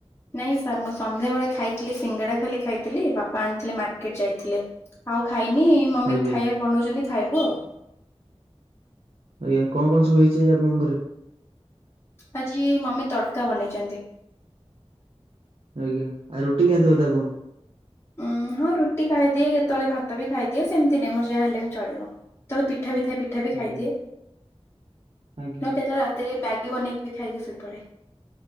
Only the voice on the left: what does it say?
ନାଇଁ ସାର୍ ମୁଁ ସନ୍ଧ୍ୟା ବେଳେ ଖାଇଥିଲି ସିଙ୍ଗଡ଼ା ଖାଲି ଖାଇଥିଲି ବାପା ଆଣିଥିଲେ ମାର୍କେଟ ଯାଇଥିଲେ। ଆଉ ଖାଇନି ମମି
ଖାଇବା ବନଉଛନ୍ତି ଖାଇବୁ ଆଉ।
ଆଜି ମମି ତଡ଼କା ବନେଇଛନ୍ତି।
ଉଁ ହଁ ରୁଟି ଖାଇଦିଏ କେତେବେଳେ ଭାତ ବି ଖାଇଦିଏ ସେମିତି ନାଇଁ ମୋର ଯାହା ହେଲେ ବି ଚଳିବ କେତେବେଳେ ପିଠା ବି ଥାଏ ପି ଠା ବି ଖାଇଦିଏ
ତ କେତେବେଳେ ରାତିରେ ମ୍ୟାଗି ବନେଇକି ବି ଖାଇକି ସୋଇପଡେ଼।